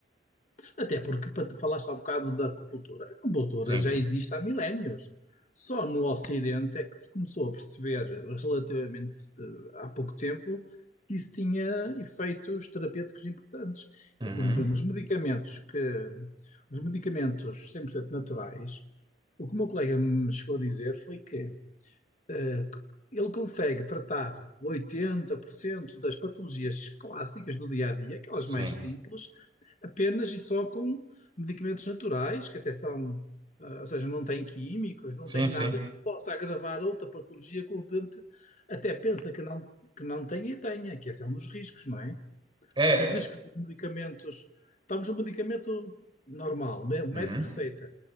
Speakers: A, on the left (about 40°); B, on the right (about 25°).
A: Até porque para falaste há bocado da acupuntura. A acupuntura
B: sim.
A: já existe há milénios. Só no Ocidente é que se começou a perceber, relativamente eh, há pouco tempo, que isso tinha efeitos terapêuticos importantes.
B: Uhum,
A: É que os, os medicamentos que os medicamentos 100% naturais, o que o meu colega me chegou a dizer foi que eh, Ele consegue tratar 80% das patologias clássicas do dia a dia, aquelas
B: Sim,
A: mais simples, apenas e só com medicamentos naturais, que até são, ah, ou seja, não têm químicos, não
B: sim,
A: têm
B: sim.
A: nada que possa agravar outra patologia que o doente até pensa que não, que não tem e tenha, que esse é um dos riscos, não é?
B: É,
A: Um dos riscos
B: é.
A: dos medicamentos. Estamos no medicamento normal, o médico
B: Uhum,
A: receita.